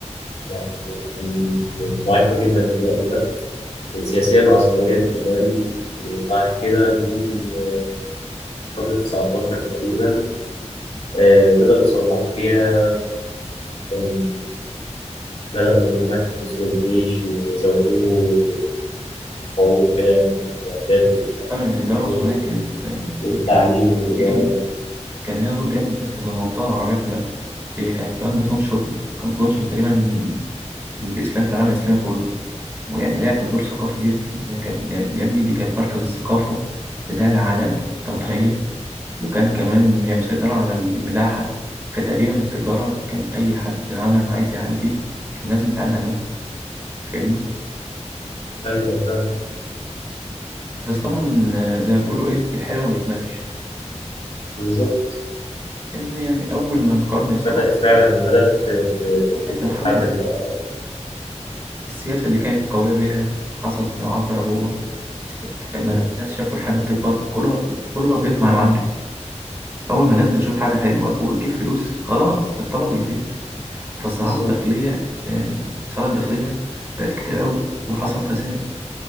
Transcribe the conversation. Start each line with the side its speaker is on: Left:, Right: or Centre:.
Left: يعني كانت ضعيفة جدا في الوقت ده سياسيا وعسكريا كمان وبعد كده جم آه، قرن 19 تقريبا آه، بدأوا يصلحوا فيها كان بدأوا إن هم يحدثوا الجيش ويزودوه ويقووه كده يعني بالمعدات والجنود
Right: فعلا الدولة العثمانية
Left: وكده
Right: كانت يعني
Left: والتعليم
Right: كانت
Left: والإدارة
Right: جامد كان ليها دور جامد يا اسطى في المنطقة العربية كلها هي كانت كمان بتنشر كانت بتنشر تقريبا الإسلام في العالم الإسلامي كله ويعني لعبت دور ثقافي جدا هي كانت يا ابني دي كانت مركز الثقافة بتاع العالم أنت متخيل وكان كمان هي مسيطرة على الملاحة فتقريبا التجارة كان أي حد في العالم عايز يعدي كان لازم يتعدى عندها فاهمني
Left: أيوه فاهم
Right: بس طبعا آه، زي ما بيقولوا إيه الحلو ما بيكملش
Left: بالظبط
Right: إن يعني أول ما القرن السبعة
Left: بدأت فعلا بدأت ت- ت-
Right: بدأت تنحدر
Left: تتحضر بقى
Right: السياسة اللي كانت قوية بيها حصلت صراعات بقى جوه ما
Left: مم.
Right: دام الناس شافوا الحاجة بتكبر كله بقى كله بقى بيطمع يا معلم أول
Left: أيوة
Right: ما الناس بتشوف حاجة حلوة وبتجيب فلوس خلاص الطمع بيزيد فالصراعات
Left: بالظبط
Right: الداخلية آه، الصراعات الداخلية بقت كتير قوي وحصل فساد